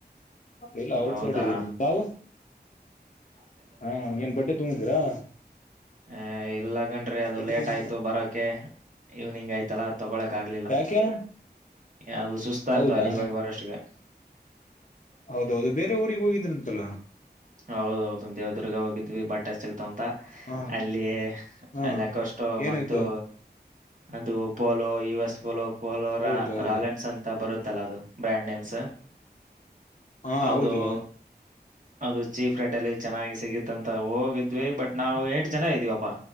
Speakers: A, on the left; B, on the right.
A: ಇಲ್ಲ ಔಟ್
B: ಹೌದಾ
A: ಸೈಡ್ ಇದೀನಿ ತಾವು ಹಾ ಏನ್ ಬಟ್ಟೆ ತಗೊಂಡ್ ಇದ್ದೀರಾ.
B: ಹೇ ಇಲ್ಲ್ ಕಣ್ರೀ ಅದು
A: ಬಟ್ಟೆ
B: ಲೇಟ್
A: ತಗೊಂಡಿದ್ದೀರಾ
B: ಆಯ್ತು ಬರೋಕೆ. ಈವನಿಂಗ್ ಆಯ್ತಲ್ಲ. ತಗೊಳಕ್ ಆಗ್ಲಿಲ್ಲ
A: ಯಾಕೆ
B: ಯಾವ್ದು ಸುಸ್ತಾಯ್ತು
A: ಹೌದಾ
B: ಅಲ್ಲಿಗೆ ಹೋಗಿ ಬರೋಷ್ಟಿಗೆ
A: ಹೌದೌದು ಬೇರೆ ಊರಿಗೆ ಹೋಗಿದ್ರಂತಲ್ಲ.
B: ಹೌದೌದು ದೇವ್ದುರ್ಗ ಹೋಗಿದ್ವಿ <unintelligible> ತೊಂತ
A: ಹಾ
B: ಅಲ್ಲಿ
A: ಹಾ
B: ಅಲ್ಲಿ ಕೋಷ್ಟು
A: ಏನಾಯ್ತು
B: ಮತ್ತು ಅದು ಪೋಲೋ ಯು ಎಸ್ ಪೋಲೋ ಪೋಲೋರಾ
A: ಹೌದೌದು
B: ರಾಲೆನ್ಸ್ ಅಂತ ಬರುತ್ತೆ ತ್ತಲ ಅದು ಬ್ರ್ಯಾಂಡ್ ನೇಮ್ಸ್
A: ಹಾ
B: ಅದು
A: ಹೌದು
B: ಅದು ಚೀಪ್ ರೇಟ್ ಅಲ್ಲಿ ಚೆನ್ನಾಗಿ ಸಿಗತ್ತಂತ ಹೋಗಿದ್ವಿ ಬಟ್ ನಾವು ಎಂಟು ಜನ ಇದೀವಪ್ಪಾ